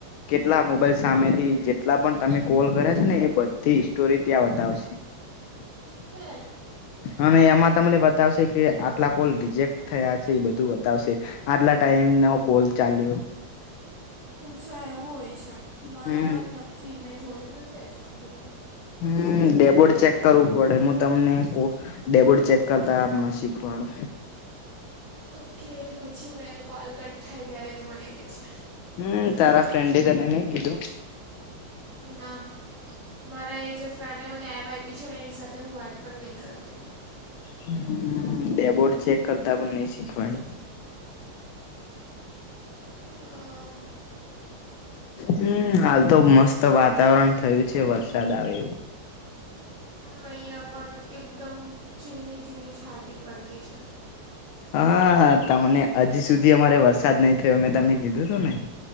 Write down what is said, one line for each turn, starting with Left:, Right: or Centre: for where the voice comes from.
Left: કેટલા મોબાઈલ સામેથી જેટલા પણ તમે કોલ કર્યા છે ને એ બધી સ્ટોરી ત્યાં બતાવશે. <unintelligible>
Right: <unintelligible>
Left: અને એમાં તમને બતાવશે કે આટલા કોલ રિજેક્ટ થયા છે, એ બધું બતાવશે. આટલા ટાઈમ ના કોલ ચાલ્યો.
Right: અચ્છા એવું હોય છે, મારામાં
Left: હમ
Right: નથી મેં જોયું નથી હજુ સુધી કઈ.
Left: હમ ડેબોડ ચેક કરવું પડે હું તમને ડેબટ ચેક કરતા મને શીખવાડું.
Right: ઓકે પછી મેં કોલ કટ થાય ત્યારે તો મને કહે જે.
Left: હમ્મ તારા ફ્રેન્ડે તને નઈ કીધું?
Right: ના. મારા એ જે ફ્રેન્ડને મને એપ આપી છે, ને એની સાથે હું વાત પણ નહી કરતી.
Left: હમ્મ ડેબોડ ચેક કરતા પણ નહી શીખવાડ્યું?
Right: અમ,
Left: હમ્મ. હાલ તો મસ્ત વાતાવરણ થયું છે, વરસાદ આવે એવું.
Right: નહીંયા પણ એકદમ ઝીણી ઝીણી છાંટી પડતી છે.
Left: હા, તમને હજી સુધી અમારે વરસાદ નહી થયો મેં તમને કીધું હતું ને,